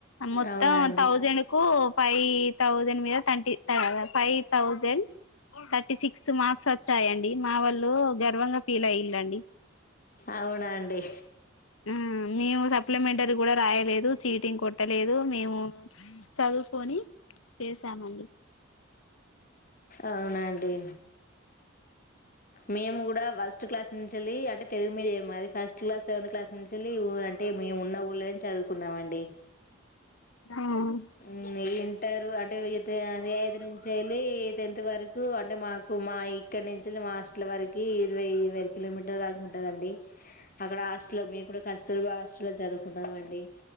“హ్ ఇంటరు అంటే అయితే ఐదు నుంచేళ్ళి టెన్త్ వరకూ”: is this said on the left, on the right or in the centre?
Left